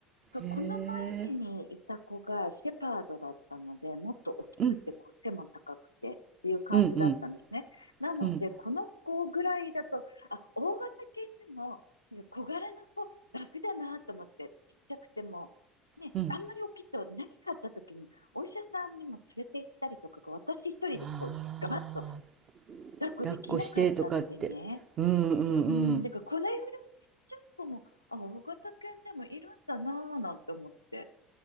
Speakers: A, on the left; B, on the right.
A: そう、
B: え。
A: この前にいた子がシェパードだったので、もっと大きくて、
B: うん、
A: こう背も高くてっていう感じだったんですね。
B: うん、うん、
A: なので、
B: うん、
A: この子ぐらいだと、あ、大型犬でも、小柄な子、楽だなと思って、ちっちゃくても、ね、
B: うん。
A: あんまり大きいと何かあった時に、お医者さんにも連れて行ったりとかが、私一人でこう、
B: ああ、
A: ガバッと抱っこできなかったのでね。
B: 抱っこしてとかって。うん、うん、
A: うん、
B: うん。
A: だからこのぐらいちっちゃい子も、あ、大型犬でもいるんだなぁなんて思って。